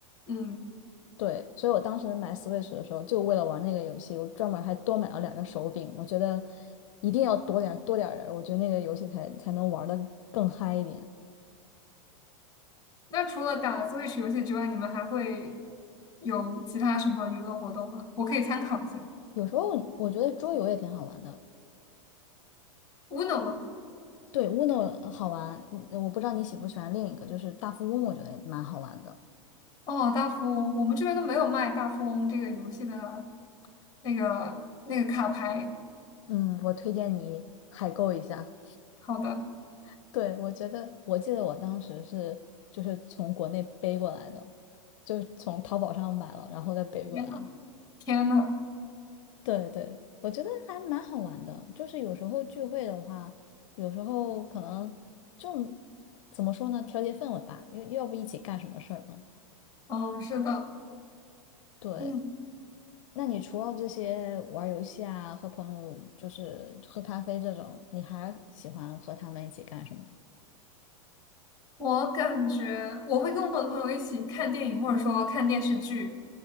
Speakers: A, on the left (about 20°); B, on the left (about 65°).
A: 嗯，
B: 对，所以我当时买 Switch 的时候，就为了玩那个游戏，我专门还多买了两个手柄。我觉得一定要多点儿多点儿人儿我觉得那个游戏才才能玩的更嗨一点。
A: 那除了打 Switch 游戏之外，你们还会有其他什么娱乐活动吗？我可以参考一下。
B: 有时候我觉得桌游也挺好玩的。
A: Uno 吗？
B: 对，Uno 好玩，嗯我不知道你喜不喜欢另一个，就是大富翁，我觉得蛮好玩的。
A: 哦，大富翁，我们这边都没有卖大富翁这个游戏的那个那个卡牌。
B: 嗯，我推荐你海购一下。
A: 好的，
B: <laughs> 对，我觉得，我记得我当时是就是从国内背过来的，就是从淘宝上买了，然后再背过来。
A: 天呐，天呐，
B: 对对，我觉得还蛮好玩的。就是有时候聚会的话，有时候可能就怎么说呢，调节氛围吧，因为要不一起干什么事儿呢？
A: 嗯，是的，
B: 对。
A: 嗯，
B: 那你除了这些玩儿游戏啊，和朋友就是喝咖啡这种，你还喜欢和他们一起干什么？
A: 我感觉我会跟我的朋友一起看电影，或者说看电视剧。